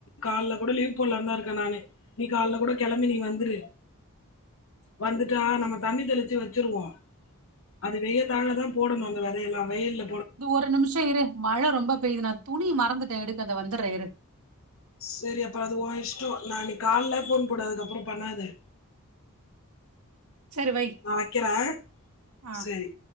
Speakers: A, on the left; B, on the right.
A: கால கூட லீவ் போடலாம்ந்தான் இருக்கன் நானு நீ கால கூட கிளம்பி நீ வந்துரு வந்துட்டா நம்ம தண்ணி தெளிச்சு வச்சிருவோம் அது வெய தால தான் போடணும் அந்த விதையெல்லாம் வெயில
B: இது ஒரு நிமிஷம் இரு மழை ரொம்ப பெயுது நான் துணி மறந்துட் எடுக்கத வந்துடுறே இரு
A: சரி அப்பறம் அது உன் இஷ்டம் நான் இன்னைக்கு கால்ல போன் போடு அதுக்கப்பறம் பண்ணாத
B: சரி வை
A: நான் வைக்கிறே
B: ஆ
A: சேரி